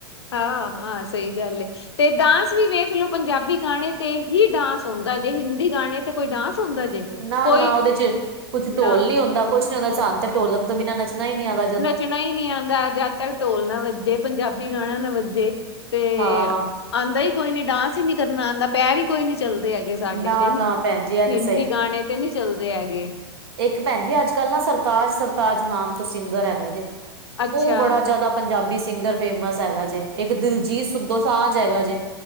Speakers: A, on the left; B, on the right.
A: ਹਾਂ ਹਾਂ ਸਹੀ ਗੱਲ ਏ ਤੇ ਡਾਂਸ ਵੀ ਵੇਖ ਲਓ ਪੰਜਾਬੀ ਗਾਣੇ ਤੇ ਹੀ ਡਾਂਸ ਹੋਂਦਾ ਜੇ ਹਿੰਦੀ ਗਾਣੇ ਤੇ ਕੋਈ ਡਾਂਸ ਹੁੰਦਾ ਜੇ।
B: ਨਾ
A: ਕੋਈ
B: ਨਾ ਉਹਦੇ ਚ ਕੁੱਛ ਢੋਲ
A: ਨਾ
B: ਨੀ ਹੁੰਦਾ ਕੁੱਛ ਨੀ ਹੋਂਦਾ ਸਾਨ ਤੇ ਢੋਲਣ ਤੋਂ ਬਿਨਾਂ ਨੱਚਣਾ ਹੀ ਨੀ ਆਂਦਾ
A: ਨੱਚਣਾ ਹੀ ਨਹੀਂ ਆਂਦਾ ਜਦ ਤੱਕ ਢੋਲ ਨਾ ਵੱਜੇ ਪੰਜਾਬੀ ਗਾਣਾ ਨਾ ਵੱਜੇ ਤੇ
B: ਹਾਂ
A: ਆਂਦਾ ਹੀ ਕੋਈ ਨੀ ਡਾਂਸ ਹੀ ਨਹੀਂ ਕਰਨਾ ਆਂਦਾ ਪੈਰ ਹੀ ਕੋਈ ਨੀ ਚੱਲਦੇ ਹੈਗ ਗੇ ਸਾਡੇ
B: ਨਾ
A: ਤੇ
B: ਨਾ ਭੈਣ ਜੀ ਇਹ ਤੇ
A: ਹਿੰਦੀ ਗਾਣੇ ਤੇ ਨਹੀ ਚੱਲਦੇ ਹੈਗੇ
B: ਏੱਕ ਭੈਣ ਜੀ ਅੱਜ ਕੱਲ ਨਾ ਸਰਤਾਜ ਸਰਤਾਜ ਨਾਮ ਤੋਂ ਸਿੰਗਰ ਹੈਗਾ ਜੇ
A: ਅੱਛਾ-ਅੱਛਾ।
B: ਉਹ ਬੜਾ ਜਿਆਦਾ ਪੰਜਾਬੀ ਸਿੰਗਰ ਫੇਮਸ ਹੈਗਾ ਜੇ ਇੱਕ ਦਿਲਜੀਤ ਸੋ ਦੌਸਾਂਝ ਹੈਗਾ ਜੇ